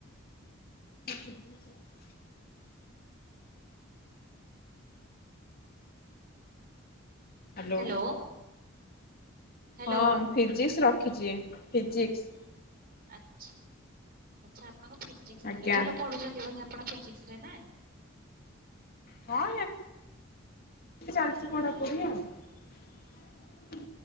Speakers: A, on the left (about 50°); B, on the right (about 50°).
A: <inaudible> ହାଲୋ।
B: ହ୍ୟାଲୋ ହ୍ୟାଲୋ
A: ହଁ ଫିଜିକ୍ସର ରଖିଚି ଫିଜିିକ୍ସ
B: ଆଚ୍ଛା। ଆଚ୍ଛା। ଆପଣଙ୍କ ଫିଜିକ୍ସ ତାହେଲେ
A: ଆଜ୍ଞା
B: ଭଲ ପଢୁଛନ୍ତି ବୋଧେ ଆମର ଫିଜିକ୍ସରେ ନା
A: ହଁ ଚାଲିଛି ପଢାପଢି ଆଉ